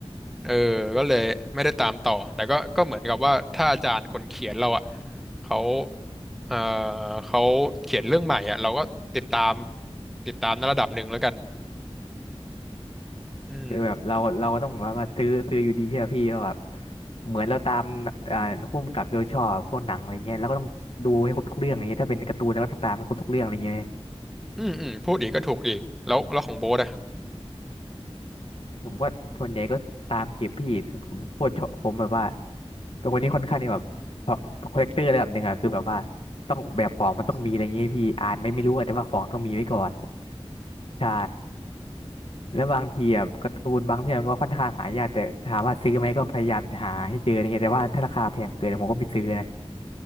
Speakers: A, in the centre; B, on the left.
A: เออก็เลยไม่ได้ตามต่อ แต่ก็ก็เหมือนกับว่าถ้าอาจารย์คนเขียนเราอ่ะเขาเออเขาเขียนเรื่องใหม่อ่ะเราก็ติดตามติดตามในระดับหนึ่งแล้วกันอืม
B: คือแบบเราเราก็ต้องแบบว่าซื้อซื้ออยู่ดีใช่ไหมพี่ว่าแบบเหมือนเราตามอ่าผู้กำกับโดยชอบพวกหนังอะไรเงี้ยแล้วก็ต้องดูให้ครบทุกเรื่องอะไรเงี้ยถ้าเป็นการ์ตูนเราก็ต้องตามให้ครบทุกเรื่องอะไรเงี้ย
A: อืมอืมพูดอีกก็ถูกอีกแล้วแล้วของโบ๊ทอ่ะ
B: ผมก็ส่วนใหญ่ก็ตามเก็บพี่ผมโคตรชอบผมแบบว่าเป็นคนที่ค่อนข้างที่แบบคอลเลกเตอร์ระดับหนึ่งอะคือแบบว่าต้องแบบของมันต้องมีอะไรเงี้ยพี่อ่านไม่ไม่รู้อะแต่ว่าของต้องมีไว้ก่อนใช่แล้วบางทีอะการ์ตูนบางเรื่องก็ค่อนข้างหายากแต่ถามว่าซื้อไหมก็พยายามหาให้เจออะไรเงี้ยแต่ว่าถ้าราคาแพงเกินผมก็ไม่ซื้อนะ